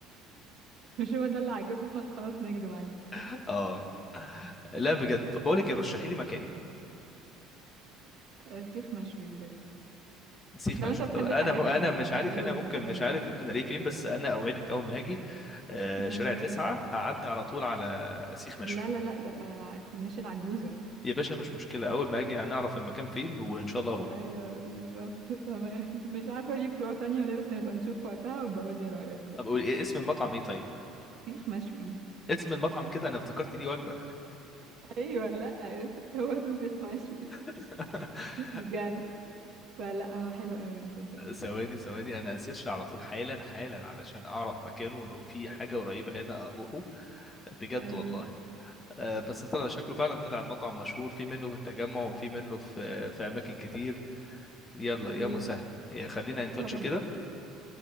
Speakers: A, on the right; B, on the left.
A: مش هو ده اللي عاجبنا خلاص نكدب عادي
B: <laughs> اه لا بجد طب بقول لك إيه، رشحي لي مكان
A: آه، سيخ مشوي بجد
B: سيخ
A: لو
B: مشوي
A: انت بتحب
B: طب انا
A: الحاجات
B: م... انا
A: المشاوي
B: مش عارف هنا
A: والحاجات
B: ممكن مش
A: دي
B: عارف ممكن الاقيه فين بس انا اوعدك اول ما هاجي آه،
A: ما
B: شارع
A: انا بقول
B: تسعة
A: لك
B: هعدي على طول على سيخ مشوي
A: لا لا لا ده في كورنيش العجوزة
B: يا باشا مش مشكله اول ما اجي هنعرف المكان فين وان شاء الله اروح
A: ايوه بالظبط تمام <laughs> مش عارفة ليه فروع تانية ولا إيه، بس نبقى نشوف وقتها وبقول لي رأيك بقى
B: طب قول- إيه اسم المطعم ايه طيب
A: سيخ مشوي
B: اسم المطعم كده انا افتكرت ليه وجبه
A: ايوه لا <laughs> هو اسمه سيخ مشوي <laughs>
B: <laughs>
A: مش بيجل فلا هو حلو قوي صدقني
B: ثواني ثواني انا هسيرش على طول حالا حالا علشان اعرف مكانه لو في حاجه قريبه هنا اروحه بجد
A: ايوه
B: والله آه، بس طلع شكله فعلا طلع مطعم مشهور في منه في التجمع وفي منه في في اماكن كتير يلا
A: ايوه
B: يا مسهل يا خلينا ان تاتش
A: خلاص
B: كده